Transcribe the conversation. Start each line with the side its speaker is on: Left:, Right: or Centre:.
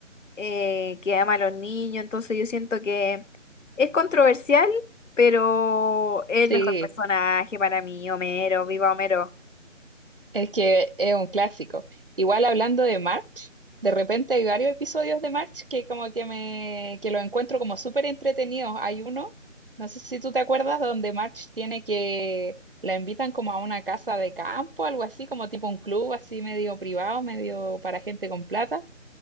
Left: eh, que ama a los niños, entonces yo siento que es controversial, pero es
Right: Sí.
Left: el mejor personaje para mí, Homero, viva Homero.
Right: Es que es un clásico. Igual hablando de March, de repente hay varios episodios de March que como que me que lo encuentro como súper entretenidos. Hay uno, no sé si tú te acuerdas, donde March tiene que la invitan como a una casa de campo, algo así, como tipo un club así medio privado, medio para gente con plata.